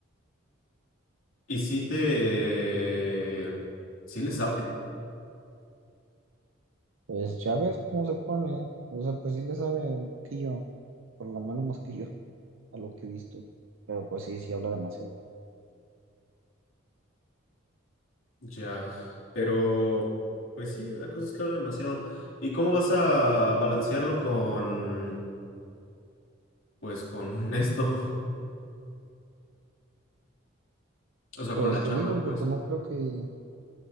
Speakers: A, on the left (about 80°); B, on the right (about 80°).
A: ¿Y si te... ¿Sí le sabe?
B: Pues ya ves cómo se pone, o sea, pues sí le sabe un poquillo, por lo menos más que yo, a lo que he visto, pero pues sí, sí habla demasiado.
A: Ya, pero pues sí, la cosa es que habla demasiado. ¿Y cómo vas a balancearlo con, pues con esto? <laughs> O sea,
B: Pues
A: con la chamba,
B: te digo
A: pues.
B: que pues no creo que,